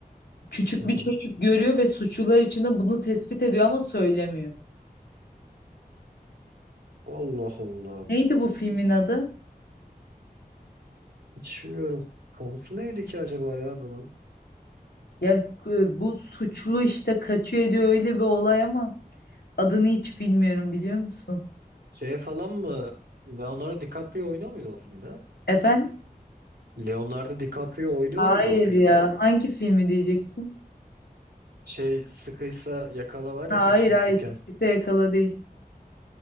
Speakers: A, on the left (about 80°); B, on the right (about 80°).
A: Küçük
B: Hı
A: bir
B: hı.
A: çocuk görüyor ve suçlular içinde bunu tespit ediyor ama söylemiyor.
B: Allah Allah.
A: Neydi bu filmin adı?
B: Hiç bilmiyorum. Konusu neydi ki acaba ya bunun?
A: Ya e, bu suçlu işte kaçıyor ediyor öyle bir olay ama adını hiç bilmiyorum biliyor musun?
B: Şey falan mı? Leonardo DiCaprio oynuyor muydu o filmde?
A: Efendim?
B: Leonardo DiCaprio oynuyor
A: Hayır
B: muydu o filmde?
A: ya. Hangi filmi diyeceksin?
B: Şey sıkıysa yakala var
A: Hayır
B: ya Catch Me
A: hayır.
B: If You Can.
A: Kimse yakala değil.